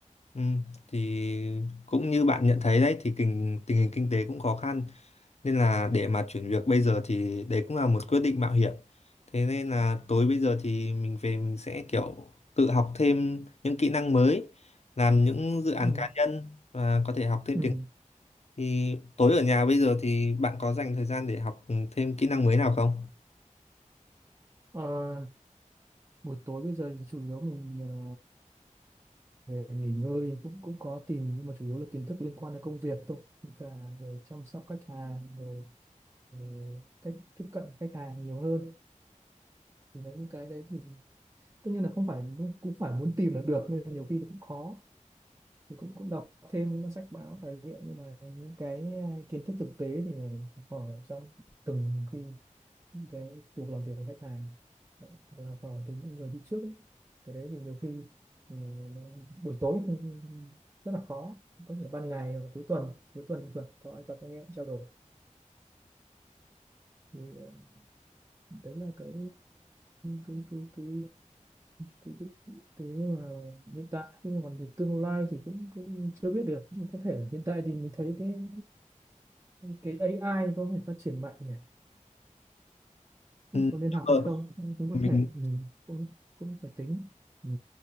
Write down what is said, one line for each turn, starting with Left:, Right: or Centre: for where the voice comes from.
Left: Ừ, thì cũng như bạn nhận thấy đấy thì tình, tình hình kinh tế cũng khó khăn nên là để mà chuyển việc bây giờ thì đấy cũng là một quyết định mạo hiểm thế nên là tối bây giờ thì mình về mình sẽ kiểu tự học thêm những kỹ năng mới làm những dự án
Right: ừ.
Left: cá nhân và có thể học thêm
Right: Ừ.
Left: tiếng thì tối ở nhà bây giờ thì bạn có dành thời gian để học thêm kỹ năng mới nào không
Right: Ờ, buổi tối bây giờ thì chủ yếu mình ờ, về nghỉ ngơi cũng cũng có tìm nhưng mà chủ yếu là kiến thức liên quan đến công việc thôi Với cả về chăm sóc khách hàng rồi về cách tiếp cận khách hàng nhiều hơn thì đấy những cái đấy thì tất nhiên là không phải cũng phải muốn tìm là được nên là nhiều khi cũng khó thì cũng cũng đọc thêm các sách báo tài liệu nhưng mà những cái ờ, kiến thức thực tế thì phải học hỏi trong từng khi những cái cuộc làm việc với khách hàng hoặc là hỏi từ những người đi trước ấy. cái đấy thì nhiều khi ừ, buổi tối cũng rất là khó có thể là ban ngày hoặc cuối tuần cuối tuần thì tuần có ai gặp anh em trao đổi thì ờ, đấy là cái cái cái cái cái, cái, cái mà hiện tại nhưng mà còn về tương lai thì cũng, cũng chưa biết được nhưng có thể là hiện tại thì mình thấy cái cái AI có thể phát triển mạnh nhỉ
Left: ừ,
Right: có nên
Left: đúng
Right: học
Left: rồi.
Right: hay không cũng cũng có
Left: mình
Right: thể ừ. cũng cũng phải tính ừ.